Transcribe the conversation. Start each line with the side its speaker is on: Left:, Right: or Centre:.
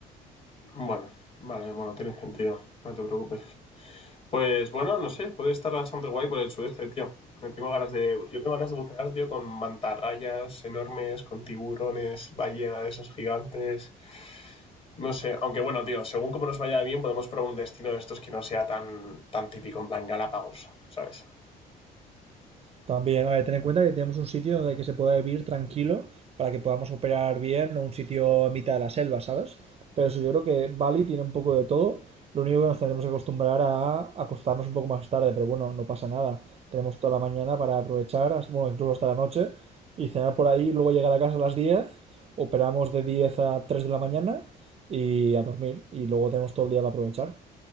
Left: Bueno, vale, bueno, tiene sentido, no te preocupes. Pues bueno, no sé, puede estar bastante guay por el sudeste, tío. Me tengo ganas de, yo tengo ganas de bucear, tío, con mantarrayas enormes, con tiburones, ballena de esos gigantes. No sé, aunque bueno, tío, según como nos vaya bien, podemos probar un destino de estos que no sea tan, tan típico, en plan Galápagos, ¿sabes?
Right: También, a ver, ten en cuenta que tenemos un sitio donde que se pueda vivir tranquilo para que podamos operar bien, no un sitio en mitad de la selva, ¿sabes? Pero eso yo creo que Bali tiene un poco de todo. Lo único que nos tendremos que acostumbrar a acostarnos un poco más tarde, pero bueno, no pasa nada. Tenemos toda la mañana para aprovechar, hasta- bueno, incluso hasta la noche, y cenar por ahí, luego llegar a casa a las diez operamos de 10 a 3 de la mañana y a dormir, y luego tenemos todo el día para aprovechar.